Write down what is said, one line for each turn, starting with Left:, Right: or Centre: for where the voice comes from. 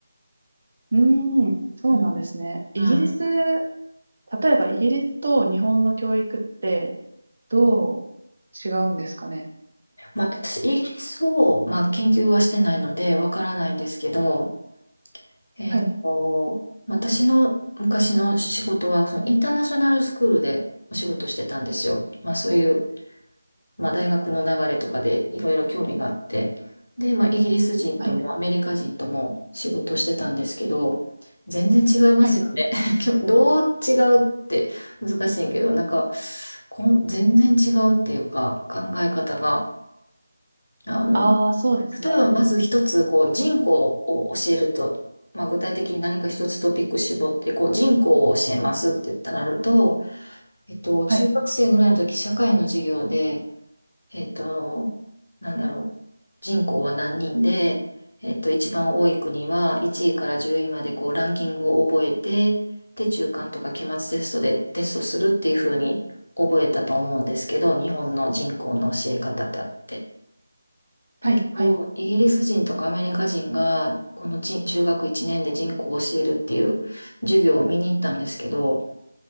Right: うーん、そうなんですね。
Left: うん。うん。まあ、
Right: イギリス、例えばイギリスと日本の教育って、どう違うんですかね。
Left: 私、イギリスを、まあ、研究はしてないので、わからないんですけど、えっと、
Right: はい、
Left: 私の昔の仕事は、そのインターナショナルスクールでお仕事してたんですよ。まあ、そういうまあ、大学の流れとかでいろいろ興味があって、で、まあ、イギリス人ともアメリカ人とも仕事してたんですけど、
Right: はい、
Left: 全然違いますよね。
Right: はい。
Left: <laughs> きょどう違うって難しいけど、なんか、こん、全然違うっていうか、考え方が、あの、
Right: ああ、そうですね。
Left: 例えばまず一つ、こう、人口を教えると、まあ、具体的に何か一つトピック絞って、こう、人口を教えますって言ったらなると、えっと、中学生ぐらいの時、
Right: はい、
Left: 社会の授業で、えっと、なんだろう。人口は何人で、えっと、一番多い国は1位から10位までこうランキングを覚えて、で、中間とか期末テストでテストするっていう風に覚えたと思うんですけど、日本の人口の教え方だって。だけど、
Right: はい、はい。
Left: イギリス人とかアメリカ人が、この人中学1年で人口を教えるっていう授業を見に行ったんですけど、